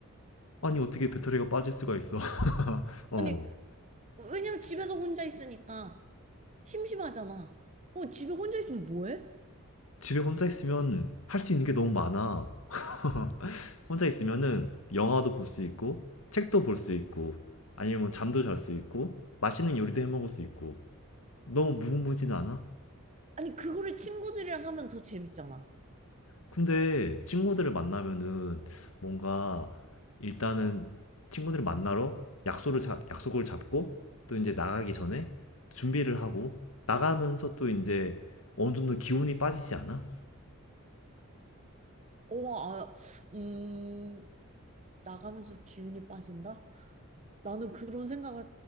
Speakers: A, on the left; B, on the right.
A: 아니 어떻게 배터리가 빠질 수가 있어? <laughs> 어.
B: 아니, 왜냐면 집에서 혼자 있으니까 심심하잖아. 어, 집에 혼자 있으면 뭐해?
A: 집에 혼자 있으면 할 수 있는 게 너무 많아. <laughs> 혼자 있으면은 영화도 볼 수 있고, 책도 볼 수 있고, 아니면 뭐 잠도 잘 수 있고, 맛있는 요리도 해 먹을 수 있고. 너무 무궁무진 않아?
B: 아니, 그거를 친구들이랑 하면 더 재밌잖아.
A: 근데 친구들을 만나면은 뭔가 일단은 친구들을 만나러 약속을 자- 약속을 잡고 또 이제 나가기 전에 준비를 하고 나가면서 또 이제 어느 정도 기운이 빠지지 않아?
B: 어, 아, 음, 나가면서 기운이 빠진다? 나는 그런 생각을